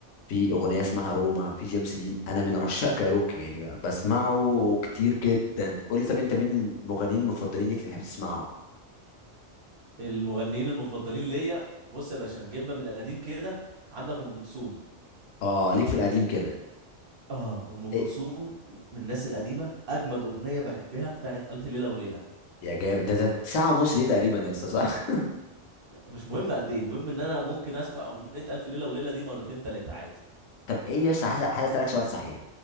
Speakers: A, on the left; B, on the right.
A: في اغنيه اسمها روما في جيمس دين انا من عشاق كايروكي يعني بقى بسمعه كتير جدا قول لي طب انت مين المغنيين المفضلين ليك اللي بتحب تسمعهم
B: المغنيين المفضلين ليا بص يا باشا نجيبها من قديم كده عندك ام كلثوم
A: اه ليك في القديم كده
B: اه ام كلثوم
A: إيه
B: من الناس القديمه اجمد اغنيه بحبها بتاعت الف ليله وليله
A: يا جامد ده, ده ساعه ونص دي تقريبا يا اسطى صح <laughs>
B: مش مهم قد ايه المهم ان انا ممكن اسمع اغنيه الف ليله وليله دي مرتين تلاته عادي
A: طب ايه يا اسطى عايز عايز اسالك سؤال صحيح